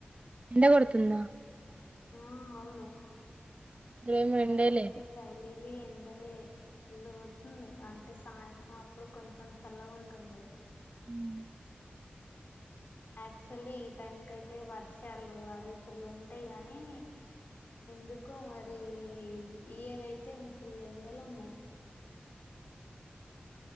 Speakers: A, on the right; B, on the left.
A: ఎండ గొడుతుందా
B: ఆ అవునూ
A: ఇక్కడేం
B: ఇక్కడైతే
A: ఎండే లేదు
B: డైలీ ఎండలే ఫుల్లు కొడుతుంది అంటె సాయంత్రం అప్పుడు కొంచం చల్లగా ఉంటుంది
A: <unintelligible>
B: ఆక్చువల్లీ ఈ టైంకయితే వర్షాలూ అవి ఫుల్ ఉంటయ్ గనీ ఎందుకో మరీ.. ఇయర్ అయితే ఫుల్ ఎండలున్నాయి.